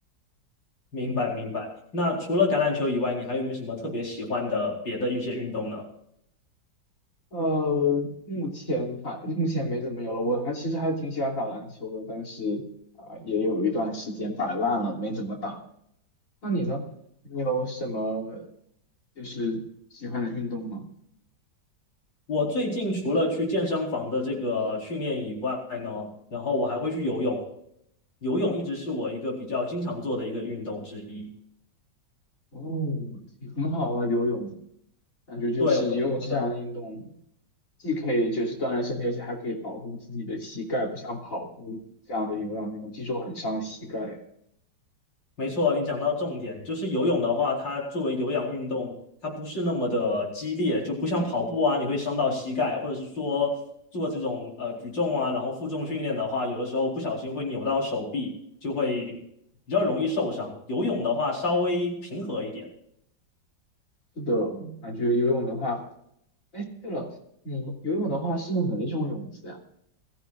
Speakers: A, on the left; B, on the left.
A: 明白明白。
B: 嗯，
A: 那除了橄榄球以外，你还有没有什么特别喜欢的别的一些运动呢？
B: 呃，目前还目前没怎么有了，我还其实还挺喜欢打篮球的，但是啊、也有一段时间摆烂了，没怎么打。那你呢？你有什么就是喜欢的运动吗？
A: 我最近除了去健身房的这个训练以外呢，然后我还会去游泳。游泳一直是我一个比较经常做的一个运动之一。
B: 哦，很好啊，游泳，感觉就是游泳这项运动，
A: 对，我也觉得
B: 既可以就是锻炼身体，而且还可以保护自己的膝盖，不像跑步这样的有氧运动，据说很伤膝盖。
A: 没错，你讲到重点，就是游泳的话，它作为有氧运动，它不是那么的激烈，就不像跑步啊，你会伤到膝盖，或者是说做这种呃举重啊，然后负重训练的话，有的时候不小心会扭到手臂，就会比较容易受伤。游泳的话稍微平和一点，
B: 是的，感觉游泳的话，哎，对了，你游泳的话是用哪一种泳姿呀？